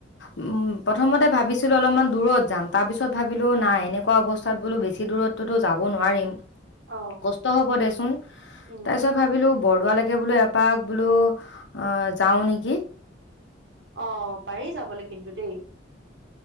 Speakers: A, on the left; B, on the right.
A: উ প্ৰথমতে ভাবিছিলো অলপমান দূৰত যাম তাৰপিছত ভাবিলো নাই এনেকুৱা অৱস্থাত বোলো বেছি দূৰতোতো যাব নোৱাৰিম
B: অ
A: কষ্ট হ'ব দেচোন
B: উম
A: তাৰপিছত ভাবিলো বৰদোৱালৈকে বোলো এপাক বোলো অ যাওঁ নেকি
B: আহ পাৰি যাবলৈ কিন্তু দেই।